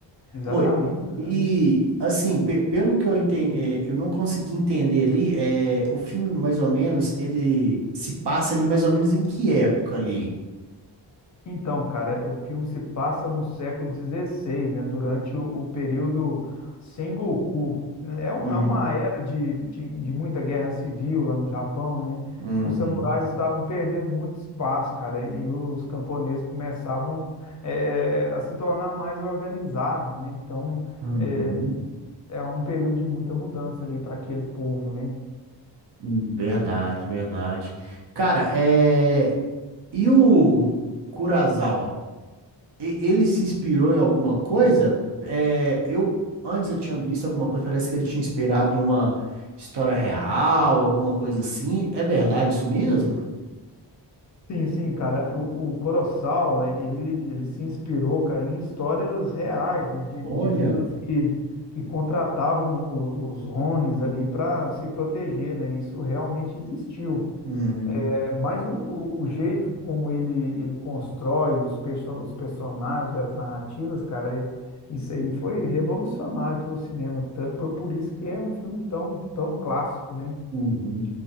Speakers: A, on the left; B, on the right.
A: Exatamente,
B: Foi.
A: exatamente.
B: E, assim, pe- pelo que eu entendi, eu não consegui entender ali, é, o filme, mais ou menos, ele se passa ali mais ou menos em que época ali?
A: Então, cara, o filme se passa no século XVI, né, durante o, o período Sengoku. né? É, um-
B: Uhum.
A: é uma era de, de, de muita guerra civil lá no Japão, né?
B: Uhum.
A: Os samurais estavam perdendo muito espaço, cara, e os camponeses começavam eh, a se tornar mais organizados, né? Então,
B: Uhum.
A: eh, é um período de muita mudança ali para aquele povo, né?
B: Hum, Verdade, verdade. Cara, é... e o Kurosawa? E- Ele se inspirou em alguma coisa? É, eu antes eu tinha visto alguma coisa, parece que ele tinha inspirado em uma história real, alguma coisa assim. É verdade isso mesmo?
A: Sim, sim, cara. é, O, o Kurosawa, ele, ele se inspirou, cara, em histórias reais, né? De,
B: Olha.
A: de vilas que, que contratavam o- os Ronis ali para se proteger, né? Isso realmente existiu.
B: Uhum,
A: É, mas o, o, o jeito como ele, ele constrói os, perso os personagens, as narrativas, cara, é- isso aí foi revolucionário pelo cinema. Tan- Por, por isso que é um filme tão, tão clássico, né?
B: uhum.